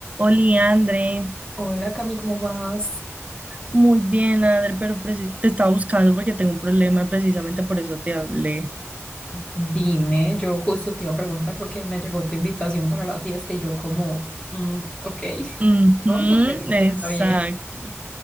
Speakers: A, on the right; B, on the left.
A: Oli, André,
B: Hola Cami, ¿cómo vas?
A: muy bien, André, pero preci- te estaba buscando porque tengo un problema, precisamente por eso te hablé.
B: Dime, yo justo te iba a preguntar porque me llegó tu invitación para la fiesta y yo como, mm, ok,
A: Ujú,
B: <laughs> pronto, pero
A: exacto.
B: está bien.